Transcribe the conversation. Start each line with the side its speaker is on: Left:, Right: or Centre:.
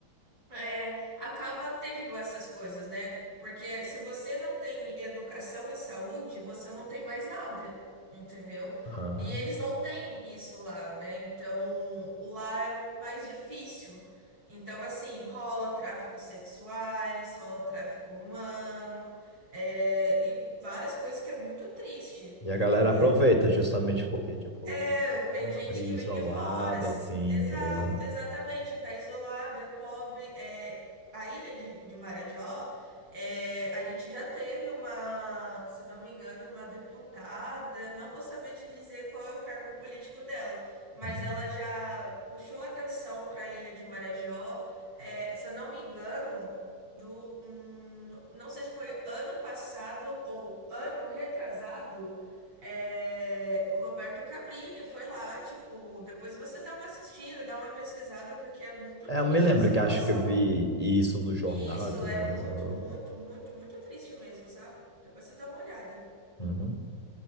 Right: é, acaba tendo essas coisas, né? Porque se você não tem educação e saúde, você não tem mais nada, entendeu?
Left: Aham.
Right: E eles não têm isso lá, né? Então, lá é mais difícil. Então, assim, rola tráfico sexuais, rola tráfico humano, é, e várias coisas que é muito triste,
Left: E
Right: entendeu?
Left: a galera aproveita justamente porque, tipo,
Right: É,
Left: lugar
Right: tem
Left: pobre,
Right: gente que
Left: isolado,
Right: vem de fora.
Left: assim,
Right: Exato,
Left: tá ligado?
Right: exatamente, tá isolado, é pobre. É, a ilha de, de Marajó, é, a gente já teve uma, se não me engano, uma deputada, não vou saber te dizer qual é o cargo político dela, mas
Left: Uhum.
Right: ela já puxou atenção para a ilha de Marajó. É, se eu não me engano, do, hum, não sei se foi ano passado ou ano retrasado. É, o Roberto Cabrini foi lá, tipo, depois você dá uma assistida, dá uma pesquisada, porque é muito
Left: É,
Right: triste
Left: eu me lembro
Right: a situação.
Left: que acho que eu vi isso no jornal
Right: E isso
Left: e tudo
Right: é
Left: mais,
Right: muito,
Left: né, Bruno?
Right: muito, muito, muito triste mesmo, sabe? Depois você dá uma olhada.
Left: Uhum.